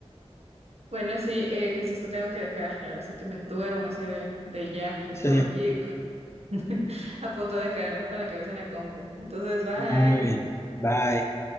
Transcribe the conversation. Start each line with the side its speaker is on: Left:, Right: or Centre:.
Right: Bueno, sí, eh, Jesús, te tengo que dejar. La verdad es que me duermo así de, de ya y estaba
Left: Sí,
Right: aquí <laughs> a punto de caerme con la cabeza en la compu. Entonces, bye.
Left: muy bien. Bye.